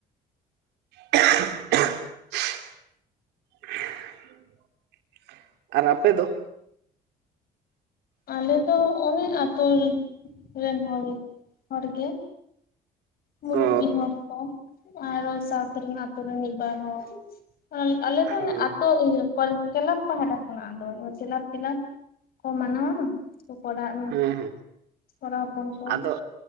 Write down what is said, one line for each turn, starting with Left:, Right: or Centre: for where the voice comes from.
Right: <unintelligible> ᱟᱨ ᱟᱯᱮ ᱫᱚ?
Left: ᱟᱞᱮ ᱫᱚ ᱚᱱᱮ ᱟᱛᱳ ᱨᱮᱱ ᱦᱚᱲ ᱦᱚᱲ ᱜᱮ ᱢᱩᱨᱩᱵ
Right: ᱚ
Left: ᱵᱤ ᱦᱚᱲᱠᱚ ᱟᱨᱦᱚᱸ ᱥᱟᱶᱛᱟ ᱨᱮᱱ ᱟᱛᱳ ᱨᱮᱱ ᱢᱤᱫ ᱵᱟᱨ ᱦᱚᱸ ᱟᱞᱮ ᱛᱚ ᱢᱟᱱᱮ
Right: ᱦᱮᱸ
Left: ᱟᱛᱳ ᱤᱭᱟᱹ ᱠᱮᱞᱟᱵᱽ ᱯᱟᱦᱴᱟ ᱠᱷᱚᱱᱟᱜ ᱟᱫᱚ ᱠᱮᱞᱟᱵᱽ ᱠᱮᱞᱟᱵᱽ ᱠᱚ ᱢᱟᱱᱟᱣᱟ ᱚᱲᱟᱜ
Right: ᱦᱮᱸ ᱦᱮᱸ
Left: ᱠᱚᱲᱟ ᱦᱚᱯᱚᱱ ᱠᱚ
Right: ᱟᱫᱚ